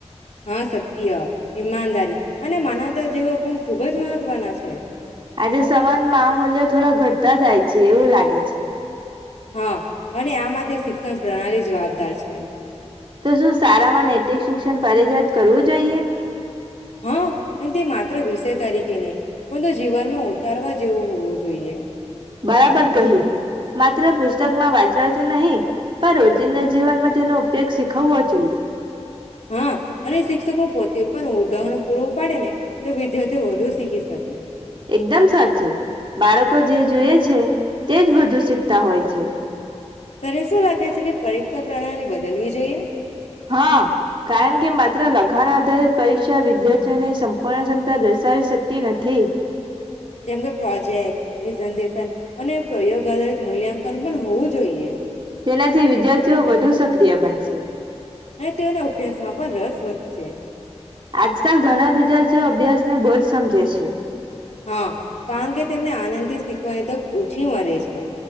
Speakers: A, on the left (about 80°); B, on the right (about 45°).
A: હા સત્ય, ઈમાનદારી અને માનવતા જેવા ગુણ ખુબ જ મહત્વના છે.
B: આજે સમાજમાં આ મુલ્ય થોડા ઘટતા જાય છે એવું લાગે છે.
A: હા અને આ માટે શિક્ષણ પ્રણાલી જવાબદાર છે.
B: તો શું સારામાં નૈતિક શિક્ષણ ફરજિયાત કરવું જોઈએ.
A: હા, પણ તે માત્ર વિષય તરીકે નહીં. પંતુ જીવનમાં ઉતારવા જેવું હોવું જોઈએ.
B: બરાબર કહ્યું, માત્ર પુસ્તકમાં વાંચવાથી નહીં પણ રોજિંદા જીવનમાં તેનો ઉપયોગ સી ખવ્વો જોઈએ.
A: હા, અને શિક્ષકો પોતે પણ ઉદાહરન પૂરું પાડે ને તો વિદ્યાર્થીઓ વધુ શીખી શકે.
B: એકદમ સાચું, બાળકો જે જોએ છે તે જ વધુ શીખતા હોય છે.
A: તને શું લાગે છે કે પરીક્ષા પ્રણાલી બદલવી જોઈએ.
B: હા કારણ કે માત્ર લખાણ આધારિત પરીક્ષા વિદ્યાર્થીઓને સંપૂર્ણ ક્ષમતા દર્શાવી શકતી નથી.
A: કેમ કે પ્રોજેક્ટ, પ્રેઝન્ટેશન અને પ્રયોગ આધારિત મૂલ્યાંકન પણ હોવું જોઈએ.
B: તેનાથી વિદ્યાર્થીઓ વધુ સક્રિય બનશે.
A: અને તેઓના અભ્યાસ માં પણ રસ વધશે.
B: આજકાલ ઘણા વિદ્યાર્થીઓ અભ્યાસને બહુ જ સમજે છે.
A: હા કારણ કે તેમને આનંદથી શીખવાની તક ઓછી મળે છે